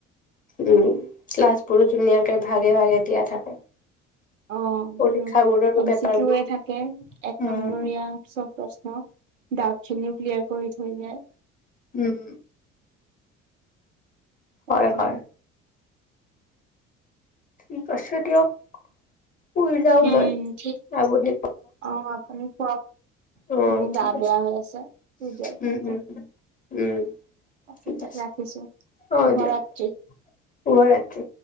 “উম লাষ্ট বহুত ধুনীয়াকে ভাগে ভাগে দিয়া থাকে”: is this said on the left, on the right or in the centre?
Left